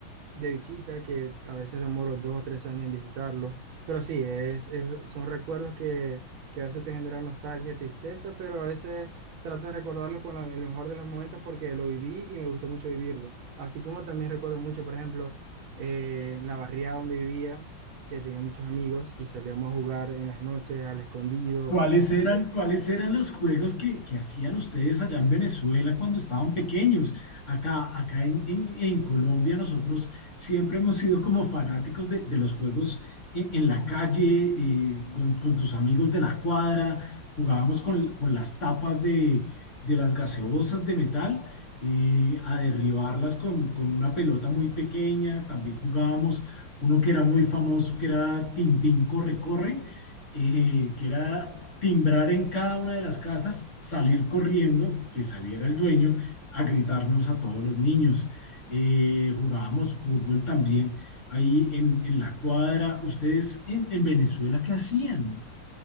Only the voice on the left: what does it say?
¿Cuáles eran, cuáles eran los juegos que, que hacían ustedes allá en Venezuela cuando estaban pequeños? Acá, acá en, en- en Colombia nosotros siempre hemos sido como fanáticos de, de los juegos en, en la calle, eh, con, con tus amigos de la cuadra, jugábamos con, con las tapas de, de las gaseosas de metal, eh, a derribarlas con, con una pelota muy pequeña, también jugábamos uno que era muy famoso, que era Tintín Corre Corre eh, que era timbrar en cada una de las casas, salir corriendo, que saliera el dueño a gritarnos a todos los niños. Eh, jugábamos fútbol también ahí en, en la cuadra. ¿Ustedes en, en Venezuela qué hacían?